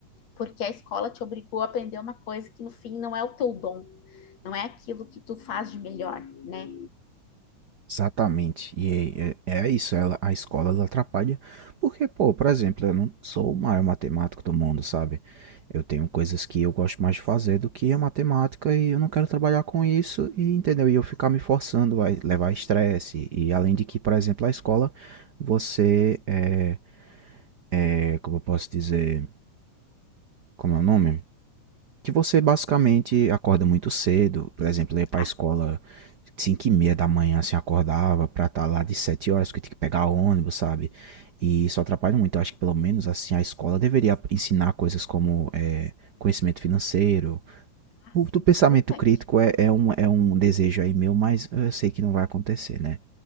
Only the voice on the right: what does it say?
Exatamente. E é, é, é isso, ela, a escola ela atrapalha, porque, pô, por exemplo, eu não sou o maior matemático do mundo, sabe? Eu tenho coisas que eu gosto mais de fazer do que a matemática e eu não quero trabalhar com isso, e entendeu? E eu ficar me forçando vai levar estresse. E além de que, por exemplo, a escola, você é, é, como eu posso dizer, como é o nome? Que você basicamente acorda muito cedo, por exemplo, eu ia pra
escola 5 e meia da manhã, assim, acordava pra estar lá de 7 horas, porque tem que pegar ônibus, sabe? E isso atrapalha muito. Eu acho que pelo menos, assim, a escola deveria ensinar coisas como eh, conhecimento financeiro.
O,
do pensamento
crítico é, é um, é um desejo aí meu, mas eu sei que não vai acontecer, né?